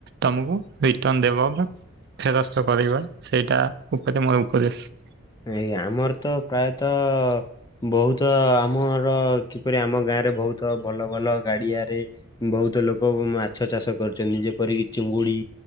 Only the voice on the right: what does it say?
ତୋମକୁ ରିଟର୍ଣ୍ଣ ଦେବ ବା ଫେରସ୍ତ କରିବା। ସେଇଟା ଉପରେ ମୋର ଉପଦେଶ।